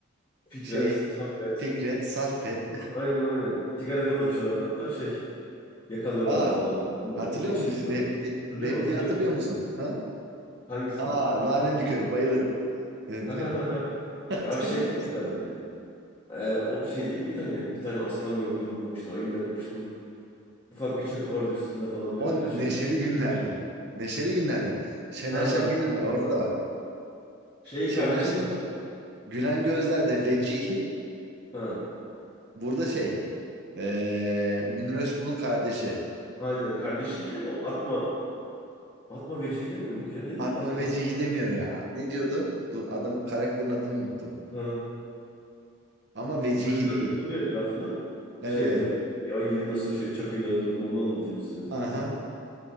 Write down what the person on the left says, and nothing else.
Fikret,
Saffet.
Aynen aynen. Sigara falan
içiyorlardı hatta şey. Yakalıyorlardı
falan filan o muhabbette.
İçki
içiyordu.
Hatırlıyorum
hatırlıyorum.
Hangisini?
Ha,
ha, ha, ha.
Ya şey çok
güzeldi. Ee, o şey değil miydi hani bir tane aslan gördüm yok işte ayıyla kapıştım. Ufak bir çakı vardı üstümde falan diyor
ya şey.
Şener Şen.
Aha.
Şeyin
kardeşi
bu sefer.
Ha.
Aynen. Kardeşiyken o atma. Atma vecihi demiyor muydu ya? Ne
diyordu? Atma
vecihi.
Ha.
Çocuklar
toplanıyor etrafını.
Şey
diyor. "Bir Ayıyı nasıl şey çakıyla öldürdüm onu anlatayım size diyor.